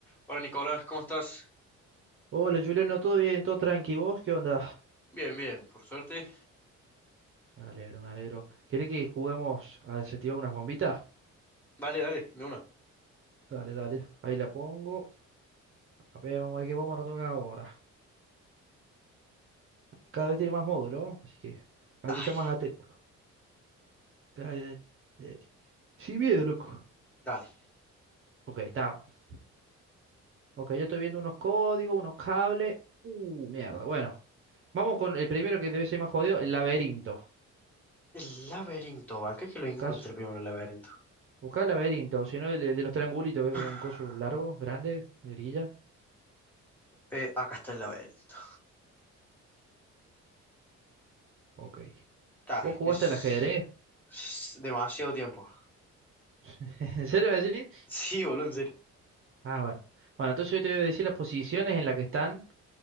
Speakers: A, in the centre; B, on the right.
A: Hola Nicolás, ¿cómo estás?
B: Hola Juliano, ¿todo bien? ¿Todo tranqui? ¿Vos qué onda?
A: Bien, bien, por suerte.
B: Me alegro, me alegro. ¿Querés que juguemos a desactivar unas bombitas?
A: Dale, dale, de una.
B: Dale, dale. Ahí la pongo. A ver, vamos a ver qué bomba nos toca ahora. Cada vez tiene más módulo, ¿no? así que hay
A: Ay,
B: que estar más atento. Dale, dale, dale. Sin miedo, loco.
A: dale.
B: Ok, estamos. Ok, yo estoy viendo unos códigos, unos cables. Uh, mierda. Bueno, vamos con el primero que debe ser más jodido, el laberinto.
A: El laberinto, van, que es que lo encontré
B: Caso.
A: primero el laberinto.
B: Buscar el laberinto, o si no, el, el de los triangulitos, que es
A: <sighs>
B: como un coso largo, grande, grilla.
A: Eh, acá está el laberinto.
B: Ok.
A: Está,
B: ¿Vos jugaste
A: es,
B: al ajedrez?
A: es demasiado tiempo.
B: <laughs> ¿En serio así?
A: <laughs> Sí, boludo, en serio.
B: Ah, bueno. Bueno, entonces yo te voy a decir las posiciones en las que están